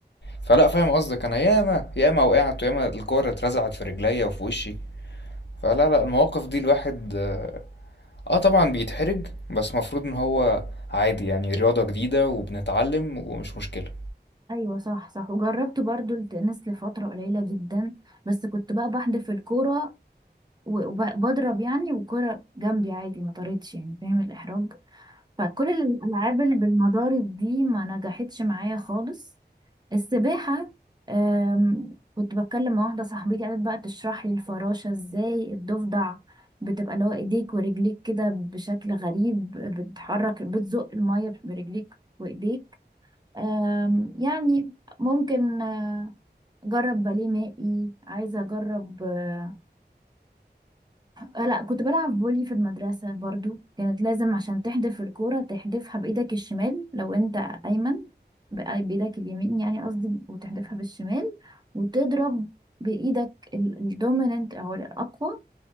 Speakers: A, on the left; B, on the right.
A: فلا فاهم قصدك انا ياما ياما وقعت وياما الكورة اترزعت في رجليا وفي وشي فلا لا المواقف دي الواحد آه، اه طبعا بيتحرج بس مفروض ان هو عادي يعني رياضة جديدة وبنتعلم ومش مشكلة
B: ايوه صح صح وجربت برضو التنس لفترة قليلة جدا بس كنت بقى بحدف الكورة وبضرب يعني والكرة جنبي عادي ما طارتش يعني فاهم الإحراج فكل الألعاب اللي بالمضارب دي ما نجحتش معايا خالص السباحة أم، كنت بتكلم مع واحدة صاحبتي قالت بقى تشرح لي الفراشة ازاي الضفدع بتبقى اللي هو ايديك ورجليك كده بشكل غريب بتحرك بتزق المية برجليك وايديك أم، يعني ممكن آه، اجرب باليه مائي عايزة اجرب آه، آه لا كنت بلعب فولي في المدرسة برضو كانت لازم عشان تحدف الكورة تحدفها بإيدك الشمال لو أنت أيمن بقى بإيدك اليمين يعني قصدي وتحدفها بالشمال وتضرب بإيدك الدوميننت أو الأقوى